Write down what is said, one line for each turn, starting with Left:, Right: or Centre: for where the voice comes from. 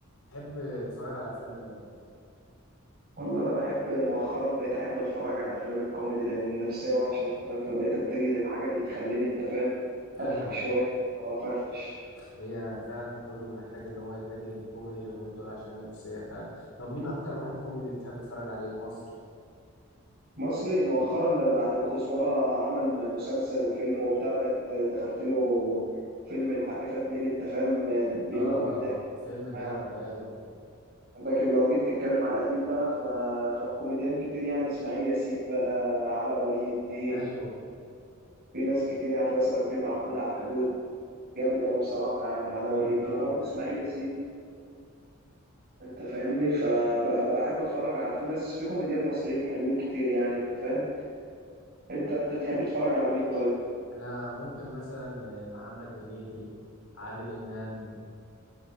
Left: تحب تتفرج على افلام ايه
Right: والله انا بحب مؤخرا بقيت احب اتفرج على افلام الكوميدي لان النفسيه وحشه انت فاهم فبقيت اتجه للحاجه اللي تخليني انت فاهم
Left: ايوه
Right: اضحك شويه او افرفش
Left: هي فعلا كله محتاج ان هو يتجه للكوميدي اليومين دول عشان نفسية فعلا طب مين اكتر واحد كوميدي بتحب تتفرج عليه مصري
Right: مصري مؤخرا ده بعد ما كزبره عمل مسلسل وفيلم وبتاع بقيت دخلت له فيلم الحريفه اتنين انت فاهم بيموت
Left: اه
Right: من الضحك
Left: فيلم جامد
Right: يعني
Left: ايوه
Right: لكن لو جيت تتكلم على القديم بقى ف... فالكوميديان كتير يعني اسماعيل ياسين بقى علاء ولي الدين
Left: ايوه
Right: في ناس كتير يعني مثلا فيلم عبود على الحدود جامد قوي بصراحه يعني علاء
Left: الفيلم
Right: ولي الدين
Left: ده آه
Right: وبرضه
Left: حلو
Right: اسماعيل ياسين انت فاهمني فبحب اتفرج على في ناس في كوميديان مصريين حلوين كتير يعني انت فاهم انت انت بتحب تتفرج على مين طيب
Left: انا ممكن مثلا محمد هنيدي عادل امام